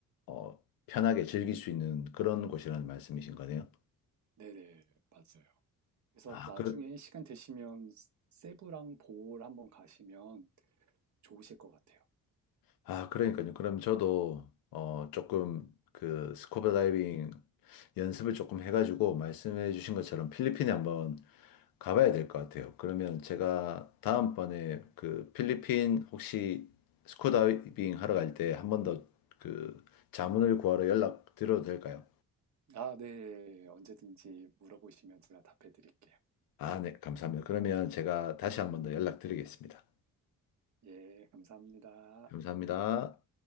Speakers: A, on the left; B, on the right.
A: 어, 편하게 즐길 수 있는 그런 곳이라는 말씀이신 거네요.
B: 네네, 맞아요. 그래서
A: 아,
B: 나중에
A: 그렇,
B: 시간 되시면 세부랑 보홀 한번 가시면 좋으실 것 같아요.
A: 아, 그러니까요. 그럼 저도 어 조금 그 스쿠버 다이빙 연습을 조금 해가지고 말씀해 주신 것처럼 필리핀에 한번 가봐야 될 것 같아요. 그러면 제가 다음번에 그 필리핀 혹시 스쿠버 다이빙 하러 갈 때 한번 더 그 자문을 구하러 연락 드려도 될까요?
B: 아, 네. 언제든지 물어보시면 제가 답해 드릴게요.
A: 아, 네, 감사합니다. 그러면 제가 다시 한번 더 연락드리겠습니다.
B: 예, 감사합니다.
A: 감사합니다.